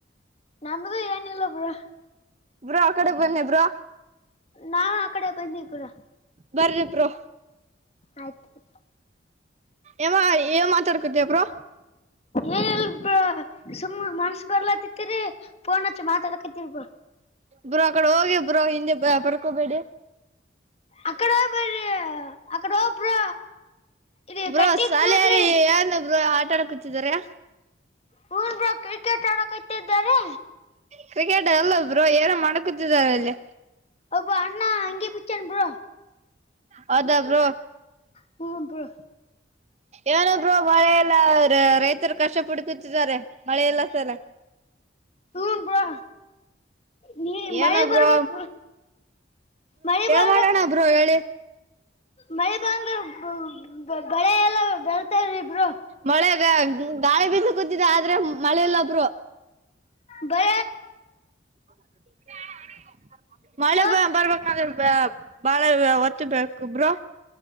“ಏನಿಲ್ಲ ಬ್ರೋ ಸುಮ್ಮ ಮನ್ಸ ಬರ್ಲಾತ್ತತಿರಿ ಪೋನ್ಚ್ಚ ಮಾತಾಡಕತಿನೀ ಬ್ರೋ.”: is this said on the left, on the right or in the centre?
Left